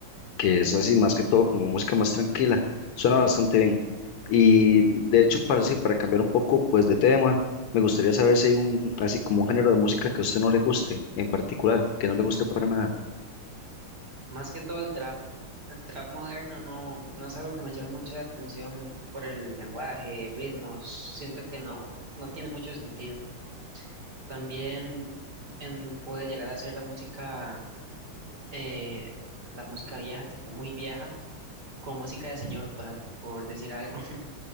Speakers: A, on the left; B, on the right.
A: Que es así más que todo como música más tranquila. Suena bastante bien. Y de hecho, para, sí, para cambiar un poco pues de tema, me gustaría saber si hay un, así como un género de música que a usted no le guste en particular, que no le guste para nada.
B: Más que todo el trap. El trap moderno no, no es algo que me llame mucho la atención por el lenguaje, ritmos. Siento que no, no tiene mucho sentido. También en- puede llegar a ser la música, eh, la música vieja, tipo muy vieja, con música de señor, por, a- por decir algo. <laughs>